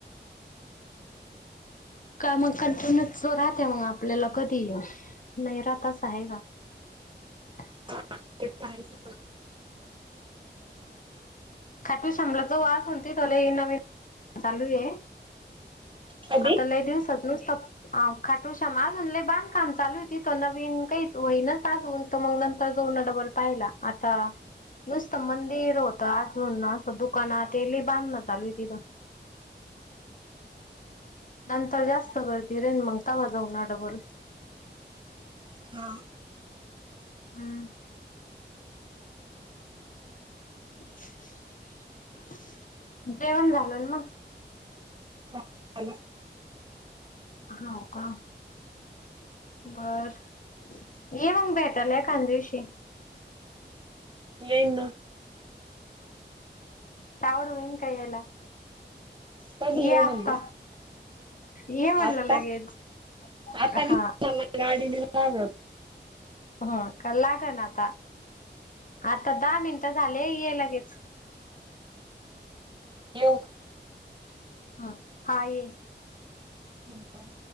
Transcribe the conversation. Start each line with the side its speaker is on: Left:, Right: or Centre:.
Left: का मग कंटिन्यू राहत मग आपल्याला कधी ये नाही राहत अस आहे ना ह
Right: हा तेच
Left: खाटू शमलाचा वास होती थला नवीन चालू आहे.
Right: कधी?
Left: आता लय दिवसात तुन अ खाटू शाम अजून लय बांधकाम चालू आहे त नवीन काही होहीनच अजून तर मग नंतर, दोन डबल पाहिला आता, नुसतं मंदिर होतं अजून असं दुकान ते बांध न चालूय तिथं. नंतर जास्त गर्दी राहिन मग तवाजऊ ना डबल,
Right: हा
Left: हम्म चम् जेवण झालं मग?
Right: हा.
Left: हा का बर ये मग भेटाला एकंद दिवशी.
Right: येई ना.
Left: सावड होइन यायला?
Right: कायधी
Left: ये
Right: येऊ
Left: आत्ता
Right: म्हणलं. <inaudible>
Left: ये म्हणलं
Right: आत्ता
Left: लगेच
Right: आताला
Left: हा
Right: गाडी लागत. <inaudible>
Left: हा का लाग ना आता. आता दहा मिनिटं झाले ये लगेच.
Right: येऊ का?
Left: हम हा ये.
Right: हम्,